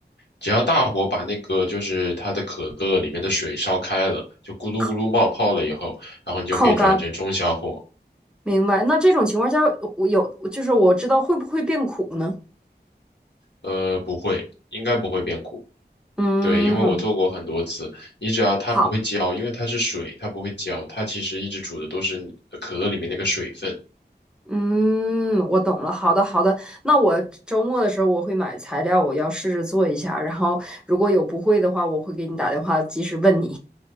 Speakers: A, on the left; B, in the centre.
A: 只要大火把那个就是它的可乐里面的水烧开了，就咕噜咕噜冒泡了以后，
B: 靠
A: 然后你就可以转成中小火，
B: 靠干。明白。那这种情况下，我有就是我知道会不会变苦呢？
A: 呃，不会，应该不会变苦。
B: 嗯，
A: 对，因为我做过很多次，你只要它不会焦，
B: 好，
A: 因为它是水，它不会焦，它其实一直煮的都是你可乐里面那个水分。
B: 嗯，我懂了。好的，好的。那我周末的时候我会买材料，我要试着做一下。然后如果有不会的话，我会给你打电话及时问你。